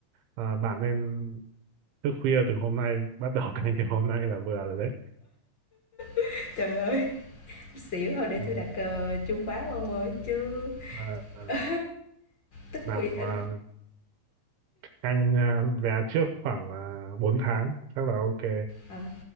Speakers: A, on the right; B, on the left.
A: à, bạn nên thức khuya từ hôm nay <laughs> bắt đầu canh từ hôm nay là vừa rồi đấy
B: <laughs> Trời ơi, xỉu thôi để
A: ừ.
B: tôi đặt ờ, chuông báo ông ơi chứ
A: à, à,
B: <laughs> tức
A: làm
B: thì ờ.
A: à, canh à, vé trước khoảng à, 4 tháng chắc là ok
B: ờ.